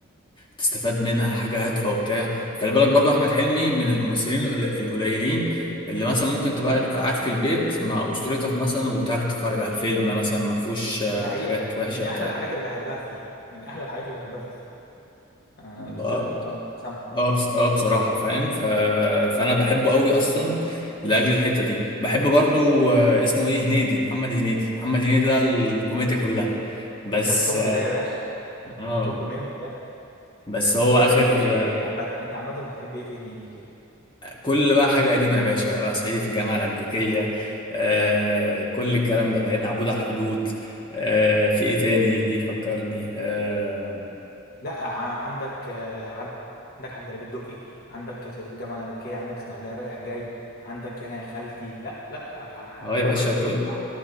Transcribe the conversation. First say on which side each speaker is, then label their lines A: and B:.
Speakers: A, on the left (about 25°); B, on the left (about 50°).
A: تستفاد منها حاجة هادفة وبتاع خلي بالك برضو احمد حلمي من الممثلين القل- القليلين اللي مثلا ممكن تبقى قاعد قاعد في البيت مع اسرتك مثلا وتعرف تتفرج على الفيلم مثلا ما فيهوش آه،
B: دي حقيقه
A: حاجات وحشة
B: دي من
A: بتاع
B: احلى الحاجات اللي بحبها فيه من احلى الحاجات اللي بحبها فيه آه
A: اه
B: كمل كمل سامعك
A: اه بص... اه بصراحة فاهم ف... فأنا بحبه قوي أصلا لأجل الحتة دي بحب برضو آه، اسمه إيه هنيدي محمد هنيدي محمد هنيدي ده الكوميديا كلها بس
B: ده التوب ده يا باشا
A: اه
B: ده التوب منه ده
A: بس هو
B: طب
A: آخر
B: بتحب ايه في
A: آه،
B: هنيدي عامه انت عامه بتحب ايه في هنيدي كده
A: كل بقى حاجة قديمة يا باشا بقى صعيدي في الجامعة الأمريكية آه كل الكلام ده فاهم عبود على الحدود آه في إيه تاني ليه فكرني آه...
B: لا ع- عندك آه، عن- عندك عندليب الدقي عندك صعيدي في الجامعه الامريكيه عندك اسماعيليه رايح جاي عندك يانا يا خالتي لا لا
A: اه
B: آه، محمد
A: يا باشا
B: هنيدي
A: كل